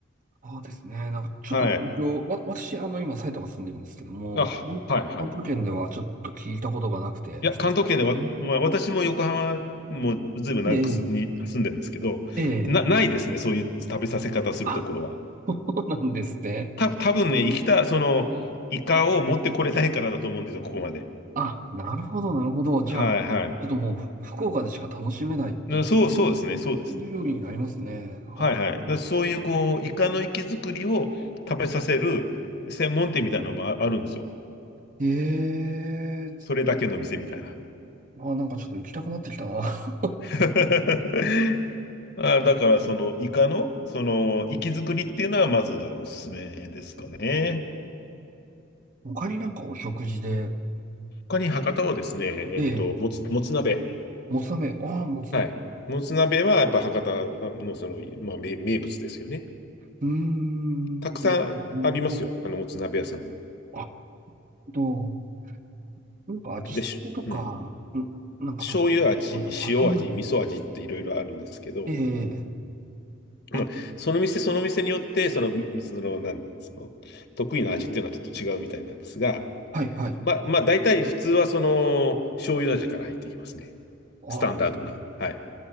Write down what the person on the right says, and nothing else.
ああですね。なんかちょっと、
わ、私、あの、今、埼玉住んでるんですけども、
関関東圏ではちょっと聞いたことがなくて。
<laughs> うん
ええ、ええ、
あ、<laughs> そうなんですね。
あ、なるほど、なるほど。じゃあ、
ちょっともう、ふ福岡でしか楽しめないっていう
料理になりますね。
あ、
ええ、
あ、なんかちょっと行きたくなってきたな。<laughs>
他になんかお食事で、
ええ
もつ鍋、ああ、もつ鍋。
うーん。うんうん
あと、なんか味付けとか、
うん、なんか特別なことまであ、
醤油味。
ええ
あ、
はい、はい。
ああ、